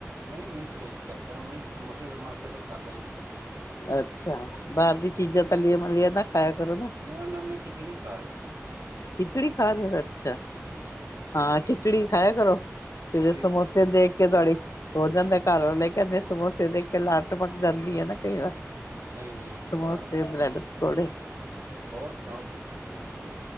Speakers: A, on the right (about 75°); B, on the left (about 70°).
A: ਨਹੀਂ ਨਹੀਂ ਪਰਹੇਜ਼ ਕਰਦਾ, ਮੈਂ ਸਮੋਸੇ ਸਮਾਸੇ ਤੇ ਖਾਂਦਾ ਈ ਨੀ।
B: ਅੱਛਾ। ਬਾਹਰ ਦੀ ਚੀਜ਼ਾਂ ਤਲਿਆਂ-ਮਲਿਆਂ ਨਾ ਖਾਯਾ ਕਰੋ ਨਾ।
A: ਨਾ-ਨਾ ਮੈਂ ਖਿਚੜੀ ਖਾ ਰਯਾ।
B: ਖਿਚੜੀ ਖਾ ਰਹੇ ਹੋ, ਅੱਛਾ
A: ਹਮ,
B: ਹਾਂ ਖਿਚੜੀ ਖਾਯਾ ਕਰੋ।
A: ਖਿਚੜੀ
B: ਕਿਦਰੇ ਸਮੋਸੇ ਦੇਖ ਕੇ ਤੁਵਾਡੀ ਹੋ ਜਾਂਦਾ ਘਰ ਵਾਲੈ ਕਹਿੰਦੇ ਸਮੋਸੇ ਦੇਖ ਕੇ ਲਾਰ ਟੱਪਕ ਜਾਂਦੀ ਹੈ ਨਾ ਕਈ ਵਾਰ
A: ਨਹੀਂ-ਨਹੀਂ- ਨਹੀਂ
B: ਸਮੋਸੇ
A: ਘਾਰ,
B: ਬ੍ਰੈਡ ਪਕੌੜੇ
A: ਹੋਰ ਸੁਣਾਓ ਤੁਸੀ ਠੀਕ?